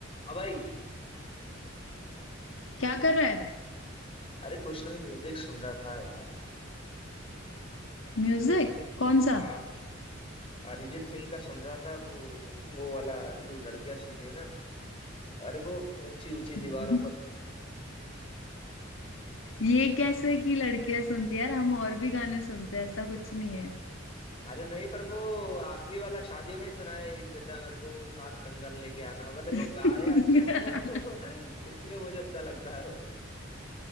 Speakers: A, on the left; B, on the left.
A: हाँ भाई
B: क्या कर रहा है
A: अरे कुछ नहीं म्यूजिक सुन रहा था यार
B: म्यूजिक कौन
A: हाँ
B: सा
A: अरिजीत सिंह का सुन रहा था वो वो वाला जो लड़कियां सुनती है ना अरे वो ऊंची ऊंची
B: <laughs>
A: दीवारों पर
B: ये कैसे कि लड़कियां सुनती है यार हम और भी गाने सुनते हैं ऐसा कुछ नहीं है
A: अरे नहीं पर वो आखिरी वाला शादियों में ही सुनाई देता है मेरे को साथ कंगन लेके आना भले
B: <laughs>
A: वो गाया अच्छा है ना तो <laughs> इसलिए मुझे अच्छा लगता है वो